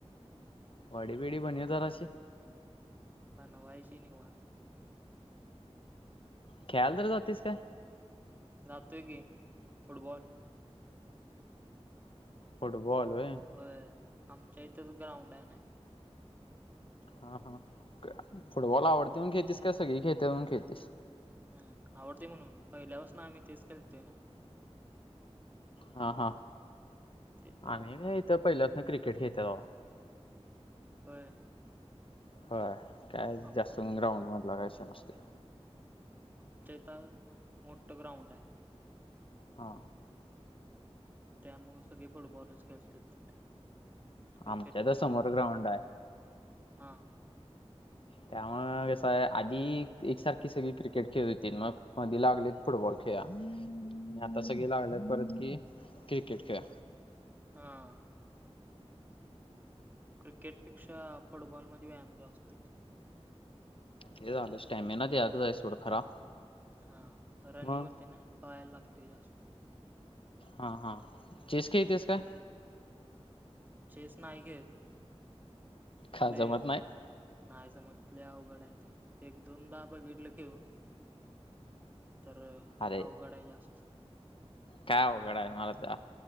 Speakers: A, on the left (about 55°); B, on the right (about 15°).
A: बॉडी बीडी बनुया जराशी.
B: बनवायची नि.
A: खेळ्याल तर जातेस काय!
B: जातो की, फुटबॉल.
A: फुटबॉल वय.
B: होय आमच्या इथच ग्राउंड आहे ना.
A: हा हा फुटबॉल आवडते म्हण खेळतीस का सगळी खेळत्यात म्हणून खेळतीस?
B: नाही आवडते म्हणून पहिल्या पासन आम्ही तेच खेळतोय ना.
A: हा हा
B: तिथं
A: आम्ही इथ पहिल्यासन क्रिकेट खेळतोय बाबा.
B: होय.
A: होय काय
B: आम
A: जास्त ग्राउंड मधला काय विषय नसते.
B: आमचं इथं मोठं ग्राउंड आहे.
A: हा.
B: त्यामुळ सगळे फुटबॉलच खेळतात तिथे. क्रिकेट
A: आमच्या
B: पण
A: तर समोर ग्राउंड आहे.
B: हा.
A: त्यामुळ कसं आहे आधी एकसारखी सगळी क्रिकेट खेळत होतील मग मधी लागले फुटबॉल खेळा आणि आता सगळे लागल्याय परत कि क्रिकेट खेळा.
B: हा. क्रिकेटपेक्षा फुटबॉलमध्ये व्यायाम जास्त आहे.
A: ते झालं स्टॅमिना त्यात हाय सोड खरा
B: हा रनिंग
A: मग
B: होते ना पाळाय लागते जास्त.
A: हा हा चेस खेळतेस काय?
B: चेस नाही खेळत.
A: का
B: ले
A: जमत नाही
B: नाही जमत, लई अवघड आहे ते. एक दोनदा बघितलं घेऊन तर अवघड
A: अरे
B: आहे जास्त.
A: काय अवघड आहे म आता?